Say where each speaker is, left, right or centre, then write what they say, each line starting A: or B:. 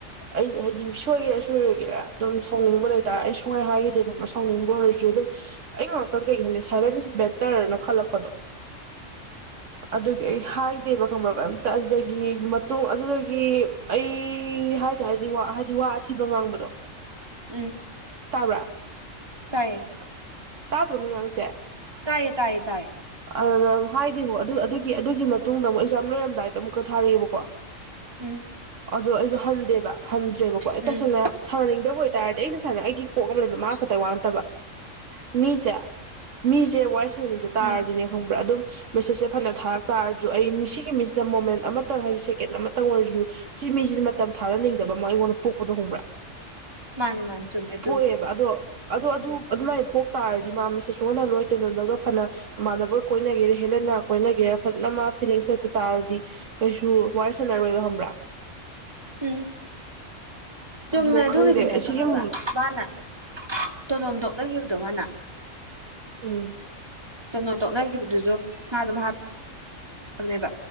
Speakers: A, on the right (about 70°); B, on the right (about 20°).
A: ꯑꯩ ꯍꯥꯏꯗꯤ ꯁꯣꯏꯒꯦꯔꯥ ꯁꯣꯏꯔꯣꯏꯒꯦꯔꯥ ꯑꯗꯨꯝ ꯁꯥꯎꯅꯤꯡꯕ ꯂꯩꯇꯥꯔꯦ ꯑꯩ ꯁꯨꯡꯉꯥꯏ ꯍꯥꯏꯈꯤꯗꯦꯕ ꯁꯥꯎꯅꯤꯡꯕ ꯑꯣꯏꯔꯁꯨ ꯑꯗꯨꯝ ꯑꯩ ꯉꯥꯛꯇꯪ ꯀꯩꯒꯤꯅ ꯁꯥꯏꯂꯦꯟꯁ ꯕꯦꯇꯔꯅ ꯈꯜꯂꯛꯄꯗꯣ꯫ ꯑꯗꯨꯒꯤ ꯑꯩ ꯍꯥꯏꯗꯦꯕ ꯈꯪ꯭ꯔꯕ ꯑꯝꯇ ꯑꯗꯨꯗꯒꯤ ꯃꯇꯨꯡ ꯑꯗꯨꯗꯒꯤ ꯑꯩ ꯍꯥꯏꯇꯥꯔꯦꯁꯤ ꯍꯥꯏꯗꯤ ꯋꯥ ꯑꯊꯤꯕ ꯉꯥꯡꯕꯗꯣ
B: ꯎꯝ
A: ꯇꯥꯕ꯭ꯔꯥ
B: ꯇꯥꯏꯌꯦ
A: ꯆꯥꯗ꯭ꯔꯣ ꯃꯤ ꯉꯥꯡꯖꯦ
B: ꯇꯥꯏꯌꯦ ꯇꯥꯏꯌꯦ ꯇꯥꯏ
A: ꯑꯗ ꯍꯥꯏꯗꯤꯕꯣ ꯑꯗꯨ ꯑꯗꯨꯒꯤ ꯑꯗꯨꯒꯤ ꯃꯇꯨꯡꯗ ꯑꯃꯨꯛ ꯑꯦꯛꯖꯥꯝ ꯂꯣꯏꯔꯝꯗꯥꯏꯗ ꯑꯃꯨꯛꯀ ꯊꯥꯔꯛꯑꯦꯕꯀꯣ
B: ꯎꯝ
A: ꯑꯗꯣ ꯑꯩꯁꯨ ꯍꯟꯗꯦꯕ ꯍꯟꯗ꯭ꯔꯦꯕꯀꯣ ꯑꯩ
B: ꯎꯝ
A: ꯇꯁꯦꯡꯅ ꯁꯥꯟꯅꯅꯤꯡꯗꯕ ꯑꯣꯏꯇꯥꯔꯗꯤ ꯑꯩꯉꯁꯥꯏꯅ ꯑꯩꯒꯤ ꯀꯣꯛ ꯑꯃ ꯂꯩꯕ ꯃꯥ ꯈꯛꯇꯪ ꯋꯥ ꯅꯠꯇꯕ ꯃꯤꯁꯦ ꯃꯤꯁꯦ ꯋꯥꯔꯤ ꯁꯟꯅꯤꯡꯇ ꯇꯥꯔꯗꯤꯅꯦ
B: ꯎꯝ
A: ꯈꯪꯕ꯭ꯔꯥ ꯑꯗꯨꯝ ꯃꯦꯁꯦꯁꯁꯦ ꯐꯅ ꯊꯥꯔꯛ ꯇꯥꯔꯁꯨ ꯑꯩ ꯁꯤꯒꯤ ꯃꯤꯁꯤꯅ ꯃꯣꯃꯦꯟ ꯑꯃꯇꯪ ꯍꯥꯏꯗꯤ ꯁꯦꯀꯦꯟ ꯑꯃꯇꯪ ꯑꯣꯏꯔꯁꯨ ꯁꯤ ꯃꯤꯁꯤꯗꯤ ꯃꯇꯝ ꯊꯥꯗ ꯅꯤꯡꯗꯕ ꯑꯃ ꯑꯩꯉꯣꯟꯗ ꯄꯣꯛꯄꯗꯣ ꯍꯣꯡꯕ꯭ꯔꯥ꯫
B: ꯃꯥꯅꯤ ꯃꯥꯅꯤ ꯆꯨꯝꯃꯦ ꯑꯗꯨꯕꯨꯗꯤ
A: ꯄꯣꯏꯌꯦꯕ ꯑꯗꯣ ꯑꯗꯣ ꯑꯗꯨ ꯑꯗꯨ ꯂ ꯄꯣꯛ ꯇꯥꯔꯗꯤ ꯃꯥ ꯃꯤꯁꯦꯁ ꯁꯨꯛꯍꯟ ꯍꯟꯂꯣꯏ ꯇꯣꯏꯅꯂꯒ ꯐꯅ ꯃꯃꯥꯟꯅꯕ ꯀꯣꯏꯅꯒꯦ ꯍꯦꯟꯅꯟꯅ ꯀꯣꯏꯅꯒꯦ ꯐꯖꯅ ꯃꯥ ꯐꯤꯂꯤꯡꯁ ꯂꯩꯇ ꯇꯥꯔꯗꯤ ꯀꯩꯁꯨ ꯋꯥꯔꯤ ꯁꯥꯟꯅꯔꯣꯏꯕ ꯈꯪꯕ꯭ꯔꯥ
B: ꯎꯝ ꯆꯨꯝꯃꯦ
A: ꯑꯗꯣ
B: ꯑꯗꯨꯒꯤꯗꯤꯅꯦ
A: ꯈꯪꯗꯦ ꯑꯁꯤꯒꯤ
B: ꯈꯪꯉꯕ
A: ꯎꯝ
B: ꯃꯥꯅ ꯇꯣꯂꯣꯝ ꯇꯣꯛꯅꯒꯤꯕꯗꯣ ꯃꯥꯅ
A: ꯎꯝ
B: ꯇꯣꯂꯣꯝ ꯇꯣꯛꯅꯒꯤꯕꯗꯨꯁꯨ ꯃꯥꯗꯣ ꯃꯍꯥꯛ ꯅꯦꯕ